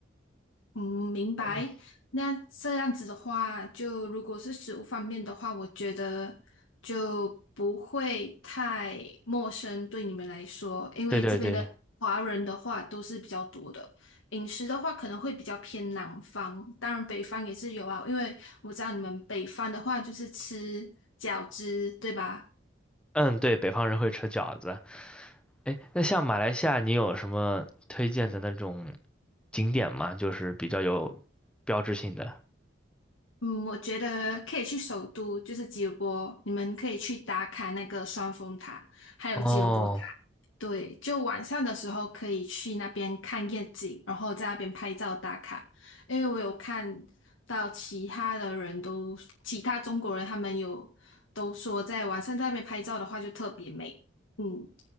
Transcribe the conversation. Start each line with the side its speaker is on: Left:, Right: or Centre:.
Left: 嗯，明白。
Centre: 嗯，
Left: 那这样子的话，就如果是食物方面的话，我觉得就不会太陌生对你们来说，因为这边的华人的话都是比较多的。
Centre: 对对对，
Left: 饮食的话可能会比较偏南方，当然北方也是有啊，因为我知道你们北方的话就是吃饺子，对吧？
Centre: 嗯，对，北方人会吃饺子，哎，那像马来西亚，你有什么推荐的那种景点吗？就是比较有标志性的。
Left: 嗯，我觉得可以去首都，就是吉隆坡，你们可以去打卡那个双峰塔，还有吉隆坡塔。
Centre: 哦，
Left: 对，就晚上的时候可以去那边看夜景，然后在那边拍照打卡。因为我有看到其他的人都，其他中国人他们有都说，在晚上在那边拍照的话就特别美。嗯，